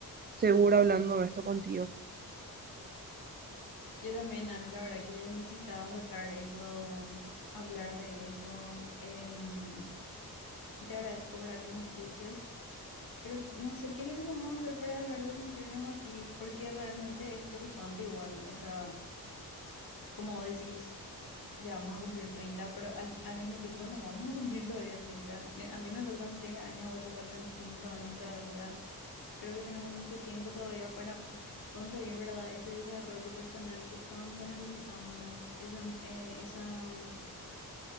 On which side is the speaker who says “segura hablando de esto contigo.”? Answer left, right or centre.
Right